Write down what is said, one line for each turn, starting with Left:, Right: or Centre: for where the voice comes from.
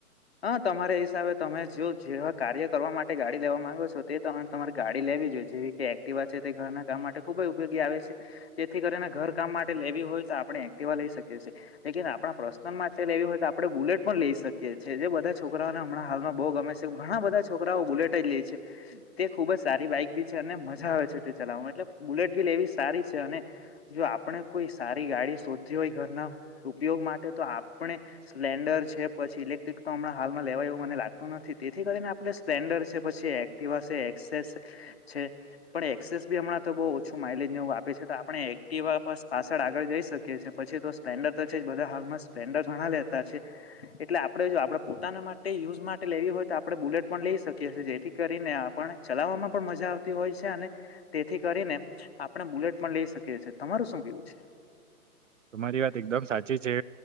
Left: હા તમારા હિસાબે તમે જો જેવા કાર્ય કરવા માટે ગાડી લેવા માંગો છો તે પ્રમાણે તમારી ગાડી લેવી જોઈએ. જેવી કે એક્ટિવા છે તે ઘરના કામ માટે ખુબ જ ઉપયોગી આવે છે જેથી કરીને ઘર કામ માટે લેવી હોય તો આ પડે એક્ટિવા લઈ શકીએ છીએ લેકીન આપણા પ્રશ્નલ માટે લેવી હોય તો આપણે બુલેટ પણ લઈ શકીએ છે. જે બધા છોકરાઓને હમણાં હાલમાં બો ગમે છે ઘણા બધા છોકરાઓ બુલેટ જ લે છે તે ખુબ જ સારી બાઈક બી છે અને મજા આવે છે તે ચલા એટલે બુલેટ બી લેવી સારી છે અને જો આપણે કોઈ સારી ગાડી શોધતી હોય ઘરના ઉપયોગ માટે તો આપણે સ્પ્લેન્ડર છે પછી ઇલેક્ટ્રિક તો હમણા હાલમાં લેવાય એવું મને લાગતું નથી તેથી કરીને આપણે સ્પ્લેન્ડર છે પછી એક્ટિવા છે એક્સેસ છે પણ એક્સેસ બી હમણાં તો બો ઓછું માઇલેજ ને એવું આપે છે તો આપણે એક્ટિવા પાસડ આગળ જઈ શકીએ છે. પછી તો સ્પ્લેન્ડર તો છે બધા હાલમાં સ્પ્લેન્ડર ઘણા લેતા છે એટલે આપડે જો આપણે પોતાના માટે યુઝ માટે લેવી હોય તો આપણે બુલેટ પણ લઈ શકીએ છીએ જેથી કરીને આપણે ચલાવ મા પણ મજા આવતી હોય છે અને તેથી કરીને આપણે બુલેટ પણ લઈ શકીએ છીએ. તમારું શું કેવું છે?
Right: <inaudible> તમારી વાત એકદમ સાચી છે